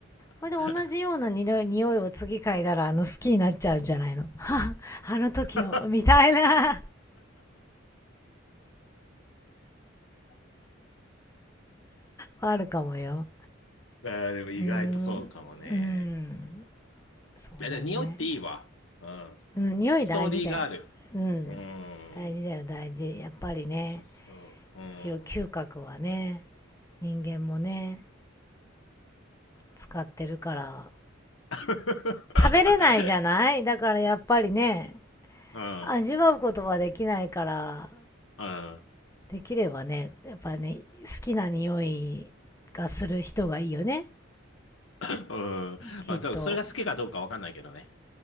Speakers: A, on the left; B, on the left.
A: <laughs>
B: これで同じような匂い匂いを次嗅いだら、あの、好きになっちゃうんじゃないの。<laughs> は、あの時の、
A: あ
B: みたいな。<laughs> あるかもよ。
A: あ、でも意外とそうかもね。
B: うーん。うん。そうだね。
A: いや、でも匂いっていいわ。うん。
B: うん、匂い大事だよ。
A: ストーリーがある。
B: うん。
A: うん。
B: 大事だよ、大事。やっぱりね、
A: そうそう。うん。
B: 一応嗅覚はね、人間もね、使ってるから、
A: <laughs>
B: 食べれないじゃないだからやっぱりね、
A: うん。
B: 味わうことはできないから、
A: うん。
B: できればね、やっぱね、好きな匂いがする人がいいよね、
A: うん。
B: きっと。
A: まあ、多分それが好きかどうかわかんないけどね。